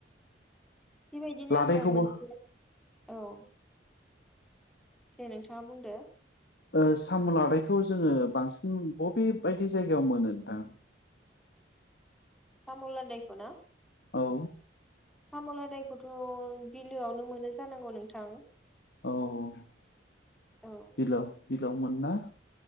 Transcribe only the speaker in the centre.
बेबायदिनो
आङो मोनसे औ दे नोंथाङा बुंदो
सामुलादायखौना
साम'लादायखौथ' बिलोआवनो मोनो जानांगौ नोंथां
औ